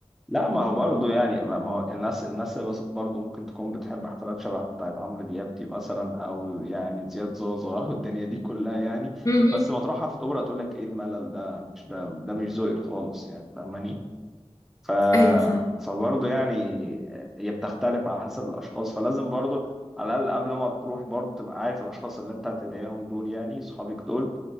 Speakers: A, in the centre; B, on the left.
A: لا ما هو برضه يعني ما ما هو الناس الناس اللي بس- برضه ممكن تكون بتحب حفلات شبه بتاعت عمرو دياب دي مثلا او يعني زياد زوزو او الدنيا دي كلها يعني
B: مهم.
A: بس ما تروح حفله اوبرا تقول لك ايه الملل ده مش ده ده مش ذوقي خالص يعني فاهماني ف
B: ايوه فاهم
A: فبرضه يعني هي بتختلف على حسب الاشخاص فلازم برضه على الاقل قبل ما تروح برضه تبقى عارف الاشخاص اللي انت هتدعيهم دول يعني صحابك دول